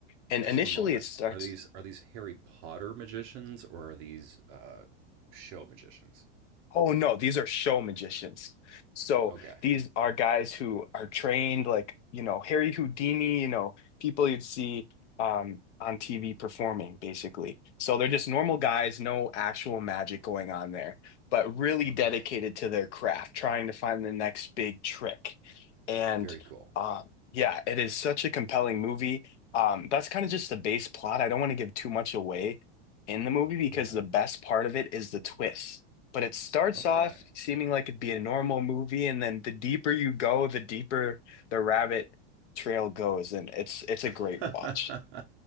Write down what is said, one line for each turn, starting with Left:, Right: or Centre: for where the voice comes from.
Left: And
Right: Just
Left: initially,
Right: one moment.
Left: it starts
Right: Are these are these Harry Potter magicians or are these uh, show magicians?
Left: Oh no, these are show magicians. So
Right: Okay.
Left: these are guys who are trained like, you know, Harry Houdini, you know, people you'd see um on TV performing basically. So they're just normal guys, no actual magic going on there, but really
Right: Okay.
Left: dedicated to their craft, trying to find the next big trick. And
Right: Very cool.
Left: um yeah, it is such a compelling movie. Um that's kind of just the base plot. I don't want to give too much away in the movie because
Right: Yeah.
Left: the best part of it is the twist but it starts
Right: Okay.
Left: off seeming like it'd be a normal movie, and then the deeper you go, the deeper the rabbit trail goes, and it's it's
Right: <laughs>
Left: a great watch.